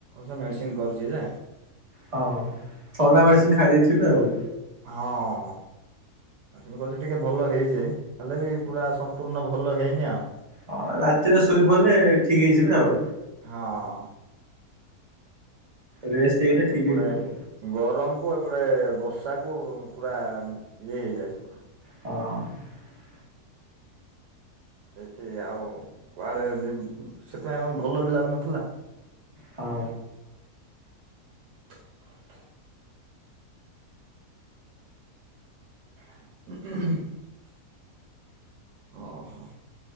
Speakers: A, on the right; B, on the right.
A: ସେ ମେଡିସିନ କରିଛି ଯେ
B: ହଁ ଥଣ୍ଡା ମେଡିସିନ୍ ଖାଇ ଦେଇେଇଥିବେ ଆଉ।
A: ହଁ ହଁ। ଆ କହୁଚ ଟିକେ ଭଲ ହେଇଛେ ହେଲେ ବି ପୁରା ସମ୍ପୂର୍ଣ୍ଣ ଭଲ ହେଇନି ଆଉ।
B: ହଁ ରାତିରେ ଶୋଇପିଲେ ଠିକ ହେଇଯିବେ ଆଉ।
A: ହଁ।
B: ରେଷ୍ଟ ହେଇଗଲେ
A: ଆ
B: ଠିକ୍
A: ଏପଡେ
B: ହେଇଯିବ ଆଉ।
A: ଗରମ କ ଏପଟେ ବର୍ଷାକୁ ପୁରା ଇଏ ହେଇଯାଇଛି ପୁରା।
B: ହଁ।
A: ଦେ ଆଉ କୁଆଡେ ସେଥିପାଇଁ ଭଲ ବି ଲାଗୁନଥିଲା
B: ହଁ।
A: <inaudible> <inaudible> ଓହୋ